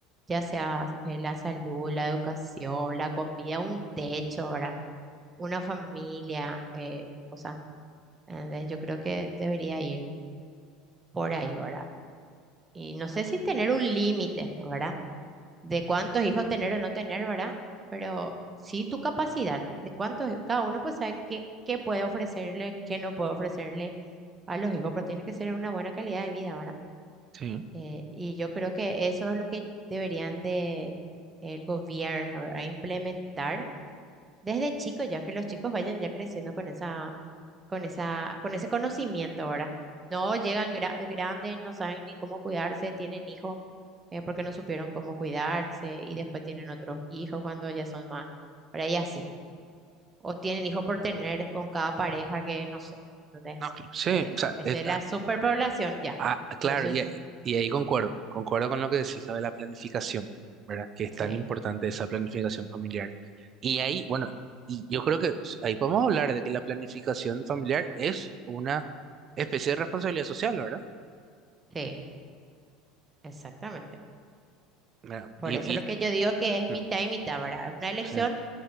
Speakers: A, on the right; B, on the right.
A: ya sea eh, la salud, la educación, la comida, un techo, ¿verdad? Una familia, eh, o sea, eh, yo creo que debería ir por ahí, ¿verdad? Y no sé si tener un límite, ¿verdad? de cuántos hijos tener o no tener, ¿verdad? Pero sí tu capacidad, de cuántos, cada uno pues sabe qué, qué puede ofrecerle, qué no puede ofrecerle a los hijos, pero tiene que ser una buena calidad de vida, ¿verdad?
B: Sí.
A: Eh, y yo creo que eso es lo que deberían de el gobierno, ¿verdad? implementar desde chico, ya que los chicos vayan ya creciendo con esa, con esa, con ese conocimiento, ¿verdad? No llegan gra- grandes, no saben ni cómo cuidarse, tienen hijos eh, porque no supieron cómo cuidarse y después tienen otros hijos cuando ya son más, por ahí así. O tienen hijos por tener con cada pareja que no sé. Entonces,
B: No, sí,
A: eh,
B: o sea,
A: esa
B: es-
A: es la superpoblación ya.
B: Ah, claro,
A: Por eso,
B: y, ahí y ahí concuerdo, concuerdo con lo que decís, lo de la planificación, ¿verdad? Que es
A: sí,
B: tan importante esa planificación familiar. Y ahí, bueno, y yo creo que s- ahí podemos hablar de que la planificación familiar es una especie de responsabilidad social, ¿verdad?
A: sí, exactamente.
B: Mira,
A: Por
B: y,
A: eso lo
B: y,
A: que yo digo que es
B: mm,
A: mitad y mitad, ¿verdad? Es una elección
B: sí,